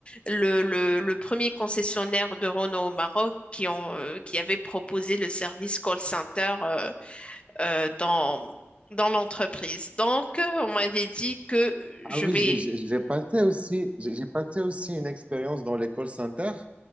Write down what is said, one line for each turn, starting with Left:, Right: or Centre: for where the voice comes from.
Left: le, le, le premier concessionnaire de Renault au Maroc qui, ont, euh, qui avait proposé le service call center euh, euh, dans, dans l'entreprise. Donc, euh, on m'avait dit que
Right: Ah
Left: je
Right: oui,
Left: vais.
Right: j'ai j'ai- j'ai passé aussi, j'ai j'ai passé aussi une expérience dans les call centers.